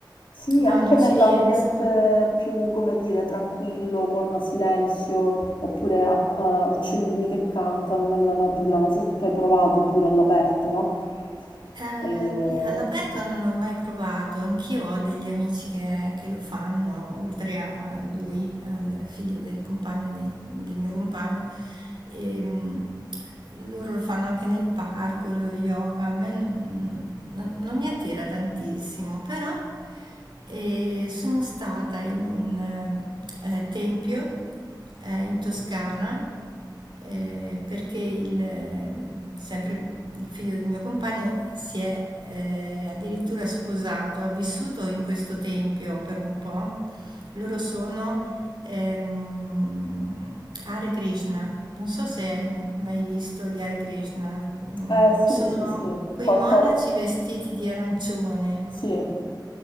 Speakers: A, on the left; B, on the right.
A: Sì,
B: no,
A: anche
B: non
A: nell'ambiente
B: ci riesco.
A: più, come dire, tranquillo, con silenzio, oppure a- a uccellini che cantano nella natura. Non so se tu hai provato pure all'aperto, no?
B: Eh,
A: Eh,
B: all'aperto non ho mai provato, anch'io ho degli amici che, che lo fanno, oltre a lui, al figlio del compagno di- del mio compagno. E, mh, loro lo fanno anche nel parco, lo yoga, a me non, non- non mi attira tantissimo, però e sono stata in un eh, eh, tempio eh, in Toscana eh, perché il, eh, sempre il figlio del mio compagno si è eh, addirittura sposato, ha vissuto in questo tempio per un po'. Loro sono ehm, Hare Krishna. Non so se hai mai visto gli Hare Krishna. Mm,
A: eh, sì,
B: sono
A: sì, sì,
B: quei
A: qualcosa.
B: monaci vestiti di arancione.
A: Sì, eh,